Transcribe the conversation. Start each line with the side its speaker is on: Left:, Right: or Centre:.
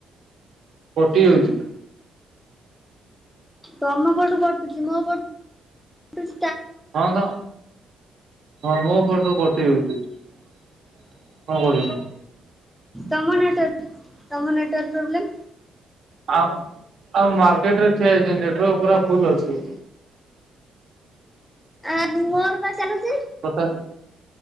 Right: କଟି ଯାଉଛି।
Centre: ତମ ପଟୁ କଟୁଛି ମୋ ପଟ
Right: ହଁ ବା ହଁ ମୁଁ ସବୁ କଟି ଯାଉଛି, କଣ କରିବି ମୁଁ?
Centre: ତମ ନେଟୱାର୍ ତମ ନେଟୱାର୍କ ପ୍ରୋବ୍ଲେମ୍।
Right: ଆଉ ଆଉ ମାର୍କେଟରେ ଠିଆ ହେଇଛି ନେଟୱାର୍କ ପୁରା ଫୁଲ୍ ଅଛି।
Centre: ଆ ମୋର ବା ଚାଲୁଛି।
Right: ତଥା